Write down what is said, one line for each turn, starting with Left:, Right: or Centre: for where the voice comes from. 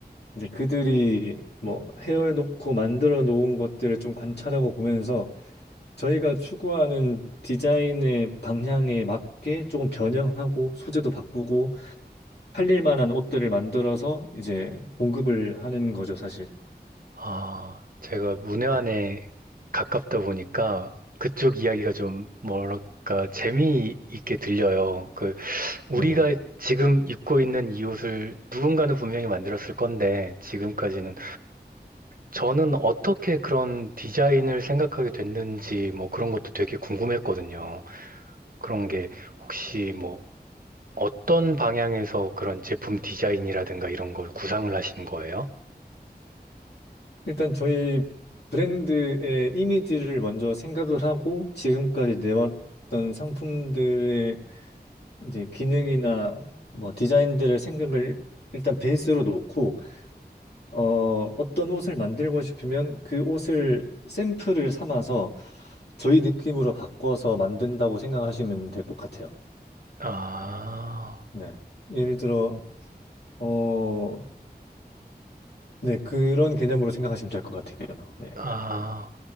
Left: 이제 그들이 뭐 헤어놓고 만들어 놓은 것들을 좀 관찰하고 보면서 저희가 추구하는 디자인의 방향에 맞게 조금 변형하고 소재도 바꾸고 팔릴 만한 옷들을 만들어서 이제 공급을 하는 거죠, 사실.
Right: 아, 제가 문외한에
Left: 네.
Right: 가깝다 보니까 그쪽 이야기가 좀 뭐랄까 재미있게 들려요. 그 우리가
Left: 네네.
Right: 지금 입고 있는 이 옷을 누군가는 분명히 만들었을 건데 지금까지는 저는 어떻게 그런 디자인을 생각하게 됐는지 뭐 그런 것도 되게 궁금했거든요. 그런 게 혹시 뭐 어떤 방향에서 그런 제품 디자인이라든가 이런 걸 구상을 하신 거예요?
Left: 일단 저희 브랜드의 이미지를 먼저 생각을 하고 지금까지 내왔던 상품들의 이제 기능이나 뭐 디자인들을 생각을 일단 베이스로 놓고 어 어떤 옷을 만들고 싶으면 그 옷을 샘플을 삼아서 저희 느낌으로 바꿔서 만든다고 생각하시면 될 것 같아요.
Right: 아,
Left: 네. 예를 들어 어 네, 그런 개념으로 생각하시면 될 것 같아요. 네.
Right: 아,